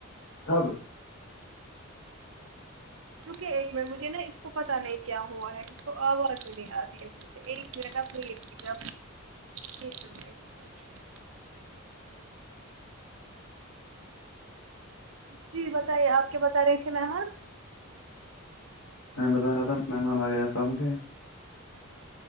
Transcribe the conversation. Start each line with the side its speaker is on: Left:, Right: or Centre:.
Left: سب
Right: رکے ایک منٹ مجھے نا اس کو پتہ نہیں کیا ہوا ہے اس کو آواز بھی نہیں آتی ایسی ایک گھنٹہ ویٹ کیا <unintelligible> جی بتائیے آپ کیا بتا رہی تھے مہمان
Left: میں بتا رہا تھا مہمان وغیرہ سب گئے